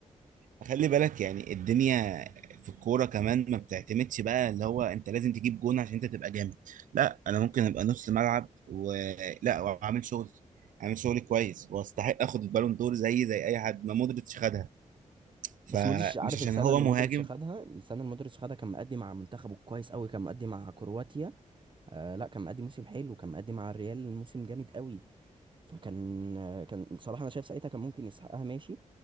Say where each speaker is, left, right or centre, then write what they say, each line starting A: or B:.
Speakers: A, on the right (about 75°); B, on the right (about 35°).
A: خلي بالك يعني الدنيا في الكورة كمان ما بتعتمدش بقى اللي هو انت لازم تجيب جون عشان انت تبقى جامد لا انا ممكن ابقى نص ملعب ولا واعمل شغل اعمل شغل كويس واستحق اخد البالون دور زي زي اي حد ما مودريتش خدها فمش
B: بس مودريتش عارف
A: عشان
B: السنه
A: هو
B: اللي
A: مهاجم
B: مودريتش خدها السنه اللي مودريتش خدها كان مأدي مع منتخبه كويس قوي كان مأدي مع كرواتيا آه لا كان مأدي موسم حلو كان مأدي مع الريال موسم جامد قوي فكان كان بصراحه انا شايف ساعتها كان ممكن يستحقها ماشي